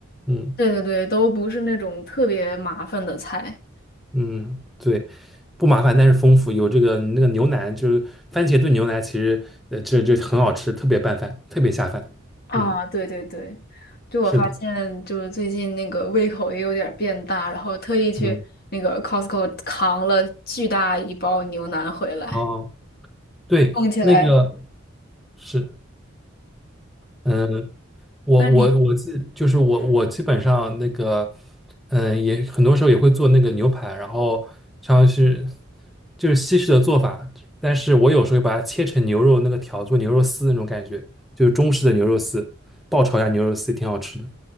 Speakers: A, in the centre; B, on the left.
A: 嗯。
B: 对对对，都不是那种特别麻烦的菜。
A: 嗯，对，不麻烦，但是丰富。有这个你那个牛腩，就是番茄炖牛腩，其实呃，这这很好吃，特别拌饭，特别下饭。
B: 啊，
A: 嗯，
B: 对对对，就我发现，
A: 是的，
B: 就是最近那个胃口也有点儿变大，然后特意去那个
A: 嗯，
B: Costco 扛了巨大一包牛腩回来，
A: 哦，对，
B: 供起来。
A: 那个是，嗯，我我我自就是我我基本上那个，
B: 那你
A: 嗯，也很多时候也会做那个牛排，然后像是就是西式的做法，但是我有时候会把它切成牛肉那个条，做牛肉丝那种感觉，就是中式的牛肉丝，爆炒一下牛肉丝也挺好吃的。